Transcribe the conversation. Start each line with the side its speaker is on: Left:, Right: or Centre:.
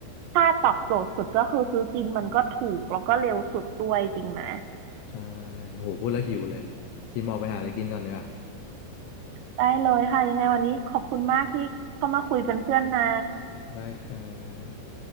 Right: ถ้าตอบโจทย์สุดก็คือซื้อกินมันก็ถูกแล้วก็เร็วสุดด้วยจริงไหม
Left: ใช่โหพูดแล้วหิวเลยพี่มออกไปหาอะไรกินก่อนเนีกว่ย
Right: ได้เลยค่ะยังไงวันนี้ขอบคุณมากที่เข้ามาคุยเป็นเพื่อนนะ
Left: ได้ครับ